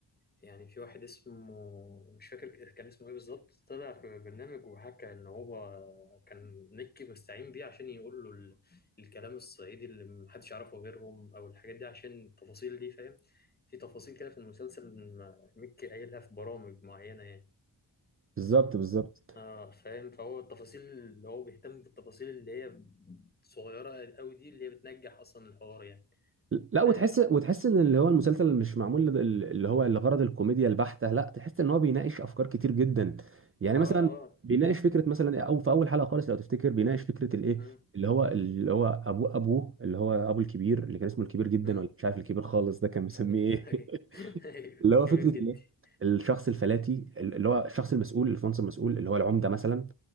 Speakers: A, on the left; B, on the right.
A: يعني في واحد اسمه مش فاكر كان اسمه إيه بالظبط طلع في برنامج وحكى إن هو كان مكي مستعين بيه عشان يقول له ال- الكلام الصعيدي اللي محدش يعرفه غيرهم أو الحاجات دي عشان التفاصيل دي فاهم في تفاصيل كده في المسلسل مكي قايلها في برامج معينة يعني
B: بالظبط بالظبط
A: اه فاهم فهو التفاصيل اللي هو بيهتم بالتفاصيل اللي هي صغيرة قوي دي اللي هي بتنجح اصلا الحوار يعني
B: لا وتحس
A: فاهم
B: وتحس ان اللي هو المسلسل مش معمول لد- اللي هو لغرض الكوميديا البحتة لا تحس ان هو بيناقش افكار كتير جدا يعني
A: اه
B: مثلا
A: اه
B: بيناقش فكرة مثلا او في اول حلقة خالص لو تفتكر بيناقش فكرة الايه
A: مم،
B: اللي هو اللي هو ابوه ابوه اللي هو ابو الكبير اللي كان اسمه الكبير جدا
A: مم،
B: ولا مش عارف الكبير خالص ده كان مسميه
A: مم. <laughs> ايوه
B: ايه <laughs>
A: أيوة.
B: اللي هو فكرة
A: كبير جدي
B: الايه الشخص الفلاتي اللي هو الشخص المسؤول الفونس المسؤول اللي هو العمدة مثلا